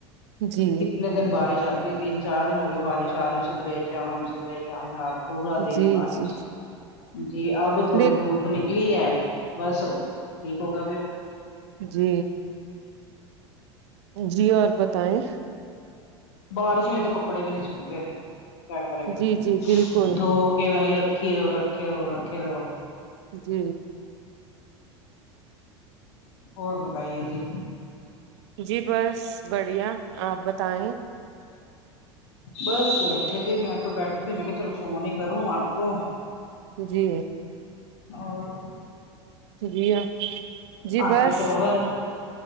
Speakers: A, on the right (about 65°); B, on the left (about 70°).
A: جی
B: کتنے دن بارش آتی تین چار دن ہو گئے بارش آ رہ صبح شام صبح شام رات پورا دن
A: جی
B: بارش
A: جی
B: جی اب تھوڑی
A: دیک
B: دھوپ اپ نکلی ہے بس اب ٹھیک ہوگا پھر
A: جی جی اور بتائیں
B: بارش میں تو کپڑے بھی نہیں سکتے کیا کرے کوئی
A: جی جی بالکل
B: دھو کے وہیں رکھی رہو رکھے رہو رکھے رہو
A: جی
B: اور بتائیے جی
A: جی بس بڑھیا آپ بتائیں
B: بس بیٹھے تھے میں تو بیٹھے تھے میں کہ چلو فون ہی کروں آپ کو
A: جی
B: اور
A: جی جی
B: آپ
A: بس
B: کے شوہر